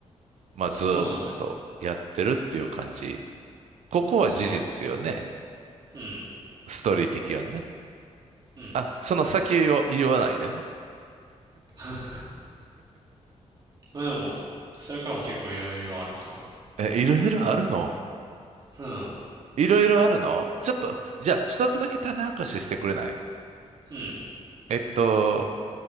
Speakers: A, on the right (about 70°); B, on the right (about 35°).
A: まあ、
B: そうだね。
A: ずーっとやってるっていう感じ。ここは事実よね。
B: そう。うん。
A: ストーリー的はね。
B: うん。
A: あ、その先を言わないでね。
B: <laughs> でも、それからも結構いろいろあるか
A: え、いろいろあるの
B: な。うん。
A: いろいろあるのちょっと、じゃあ、一つだけ種明かししてくれない
B: うん。
A: えっと、